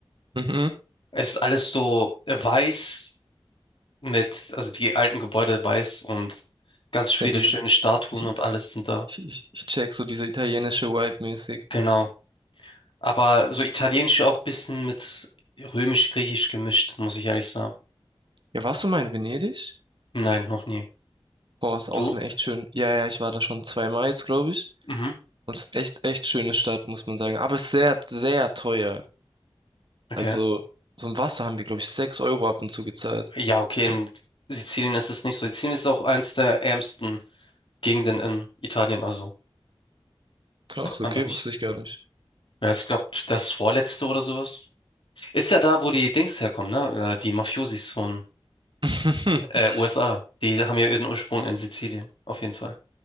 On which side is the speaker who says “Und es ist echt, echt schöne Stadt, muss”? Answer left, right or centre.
Right